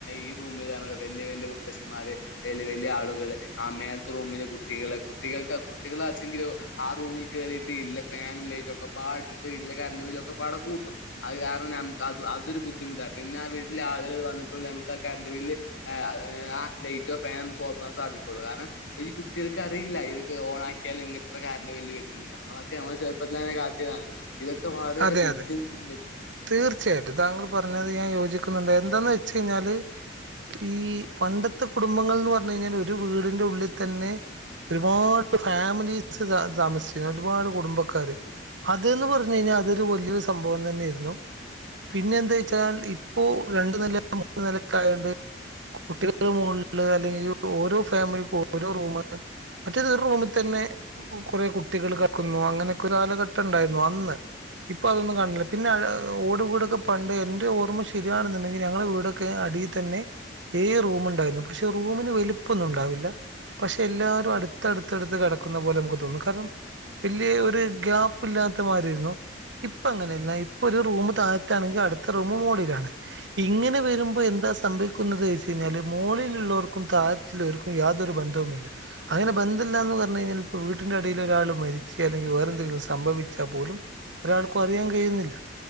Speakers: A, on the left (about 80°); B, on the right (about 75°).
A: ഈ റൂമിൽ <unintelligible> വലിയ വ മുത്തശിമാര് വലിയ വലിയ ആളുകള് ആ മേലത്തെ റൂമില് കുട്ടികള് കുട്ടികൾക്ക് കുട്ടികളാ <unintelligible> ആറൂമിൽ കേറിയിട്ട് ഇല്ല ഫാനും ലൈറ്റും ഒക്കെ പാടിട്ട് ഇല്ല കറണ്ട് ബില്ലൊക്ക പാട കൂട്ടും അത് കാരണം ഞമുക്ക് അത് അതൊരു ബുദ്ധിമുട്ടാ പിന്നെ ആ വീട്ടിലെ ആളുകൾ വന്നപ്പോൾ നമുക്ക് ആ കറണ്ട് ബില്ല് <unintelligible> ആ ലൈറ്റോ ഫാനോ നമുക്ക് ഓഫാൻ സാധിക്കുള്ളൂ കാരണം ഈ കുട്ടികൾക്ക് അറിയില്ല ഇത് ഓൺ ആക്കിയാൽ ഇങ്ങന <unintelligible> നമ്മളൊക്കെ നമ്മുടെ ചെറുപ്പത്തിൽ അങ്ങനെ കാട്ടിയതാണ് ഇതൊക്കെ വളരേറെ
B: അതെ
A: <unintelligible>
B: അതെ തീർച്ചയായിട്ടും താങ്കൾ പറഞ്ഞത് ഞാൻ യോജിക്കുന്നുണ്ട് എന്തന്ന് വെച്ച് കഴിഞ്ഞാല് ഈ പണ്ടത്തെ കുടുംബങ്ങൾ എന്ന് പറഞ്ഞു കഴിഞ്ഞാൽ ഒരു വീടിന്റെ ഉള്ളിൽ തന്നെ ഒരുപാട് ഫാമിലീസ് താമ താമസിച്ചിരുന്നു ഒരുപാട് കുടുംബക്കാര് അത്ന്ന് പറഞ് കഴിഞ്ഞാൽ അതൊരു വലിയൊരു സംഭവം തന്നെയായിരുന്നു പിന്നെ എന്താ വെച്ചാൽ ഇപ്പോ രണ്ട്‌ നെല മൂന്ന്‌ നെലയൊക്കെ ആയോണ്ട് കുട്ടികുടെ മുകളില് അല്ലെങ്കിൽ ഓരോ ഫാമിലിക്ക് ഓരോ റൂമാണ് മറ്റൊരു ഒരു റൂമി തന്നെ കുറെ കുട്ടികൾ കക്കുന്നു അങ്ങനെയൊക്കെ ഒരു കാലഘട്ടം ഉണ്ടായിരുന്നു അന്ന് ഇപ്പൊ അതൊന്നും കാണണില്ല പിന്നെ ഓട് വീടൊക്കെ പണ്ട് എന്റെ ഓർമ്മ ശരിയാണെന്നുണ്ടെങ്കിൽ ഞങ്ങള വീടൊക്കെ അടി തന്നെ ഏയ് റൂമുണ്ടായിരുന്നു പക്ഷെ റൂമിന് വലുപ്പൊന്നും ഉണ്ടാവില്ല പക്ഷെ എല്ലാരും അടുത്തടുത്തടുത്ത് കിടക്കുന്ന പോലെ നമുക്ക് തോന്നും കാരണം വല്യ ഒരു ഗ്യാപ്പ് ഇല്ലാത്ത മാരിരുന്നു ഇപ്പ അങ്ങനെയല്ല ഇപ്പൊ ഒരു റൂമ് തായത്താണെങ്കിൽ അടുത്ത റൂമ് മോളിലാണ് ഇങ്ങനെ വരുമ്പോ എന്താ സംഭവിക്കുന്നത് ചയിഞ്ഞാല് മോളിലുള്ളവർക്കും തഴത്തിള്ളവർക്കും യാതൊരു ബന്ധവുമില്ല അങ്ങനെ ബന്ധ ന്ധല്ലാന്ന് പറഞ്ഞഴിഞ്ഞാൽ ഇപ്പൊ വീട്ടിന്റെ അടിയിൽ ഒരാൾ മരിച്ച് അല്ലെങ്കി വേറെ എന്തെലും സംഭവിച്ചാ പോലും ഒരാൾക്കും അറിയാൻ കയ്യുന്നില്ല